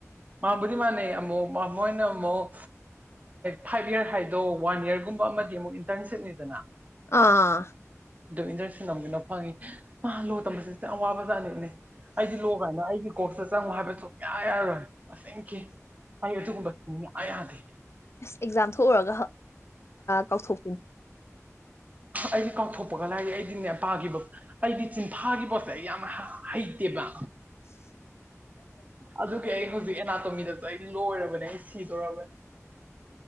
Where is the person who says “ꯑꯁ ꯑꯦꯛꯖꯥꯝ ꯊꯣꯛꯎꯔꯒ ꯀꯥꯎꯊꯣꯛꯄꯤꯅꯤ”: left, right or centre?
Left